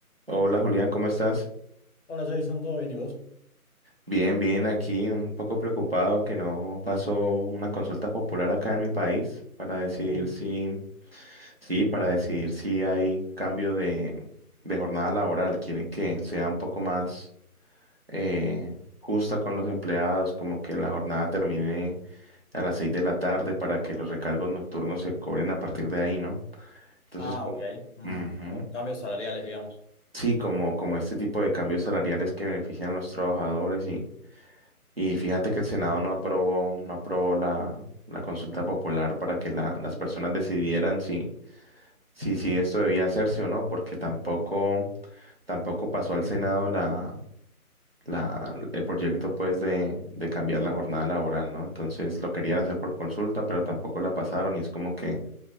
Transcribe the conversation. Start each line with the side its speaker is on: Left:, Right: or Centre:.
Right: Hola Julián, ¿cómo estás?
Left: Hola Jason, ¿todo bien y vos?
Right: Bien, bien, aquí un poco preocupado que no pasó una consulta popular acá en mi país para decidir
Left: Uh,
Right: si, sí, para decidir si hay cambio de, de jornada laboral. Quieren que sea un poco más eh, justa con los empleados, como que la jornada termine a las seis de la tarde para que los recargos nocturnos se cobren a partir de ahí, ¿no? Entonces,
Left: Ah,
Right: como-
Left: ok. Mm,
Right: Ujú.
Left: o- Cambios salariales, digamos.
Right: Sí, como, como este tipo de cambios salariales que benefician a los trabajadores y Y fíjate que el Senado no aprobó, no aprobó la, la consulta popular para que la- las personas decidieran si, si, si esto debía hacerse o no, porque tampoco, tampoco pasó al Senado la, la, el proyecto pues de, de cambiar la jornada laboral, ¿no? Entonces lo querían hacer por consulta, pero tampoco la pasaron y es como que,